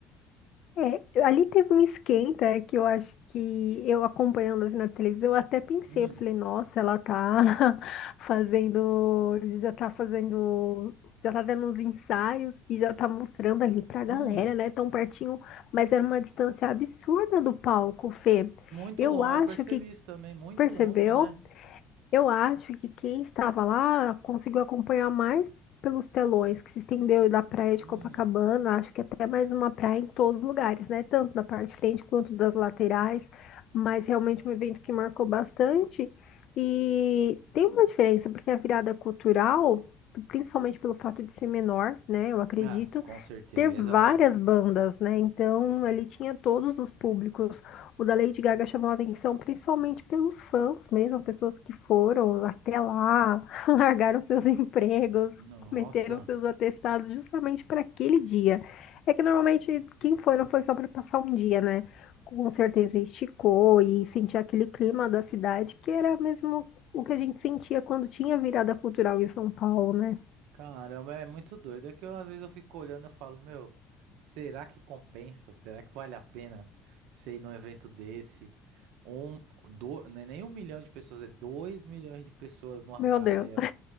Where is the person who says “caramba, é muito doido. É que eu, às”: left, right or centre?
Right